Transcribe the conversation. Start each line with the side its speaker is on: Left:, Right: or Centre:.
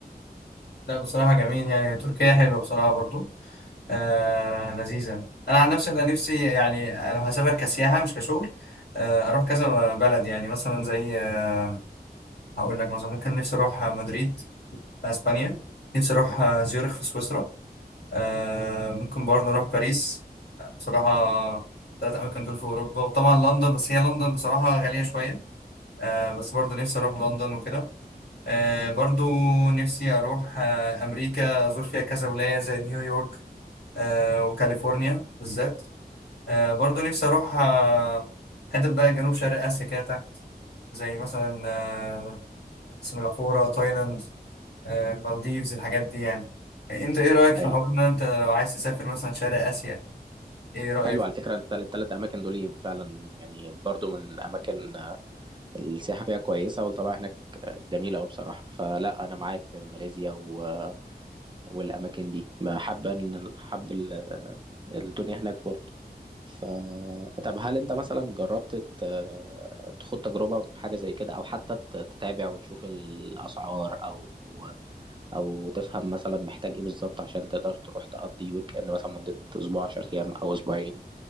Left: لا بصراحة جميل يعني تركيا حلوة بصراحة برضو آه لذيذة انا عن نفسي انا نفسي يعني لو هسافر كسياحة مش كشغل آه اروح كذا بلد يعني مثلا زي آه هقول لك مثلا ممكن نفسي اروح مدريد في اسبانيا نفسي اروح آه، زيورخ في سويسرا آه ممكن برضه أروح باريس بصراحة تلات أماكن دول في أوروبا وطبعا لندن بس هي لندن بصراحة غالية شوية آه بس برضه نفسي أروح لندن وكده آه برضه نفسي أروح آه أمريكا أزور فيها كذا ولاية زي نيويورك آه وكاليفورنيا بالذات آه برضه نفسي أروح آه حتة بقى جنوب شرق آسيا كده تحت زي مثلا آه، سنغافورة تايلاند آه، مالديفز الحاجات دي يعني آه، انت ايه رأيك في
Right: حلو
Left: حوارنا انت لو عايز تسافر مثلا شرق آسيا ايه رأيك
Right: حلو على فكرة التل- التلات أماكن دول فعلا يعني برضو من أماكن آه، السياحة فيها كويسة والطبيعة هناك جميلة أوي بصراحة فلا أنا معاك في ماليزيا و... والأماكن دي ما حابة إن حب ال- الدنيا هناك برضه ف طب هل أنت مثلا جربت ت- تخوض تجربة حاجة زي كده أو حتى ت- تتابع وتشوف الأسعار أو أو تفهم مثلا محتاج إيه بالظبط عشان تقدر تروح تقضي ويك إند مثلا مدة أسبوع 10 أيام أو أسبوعين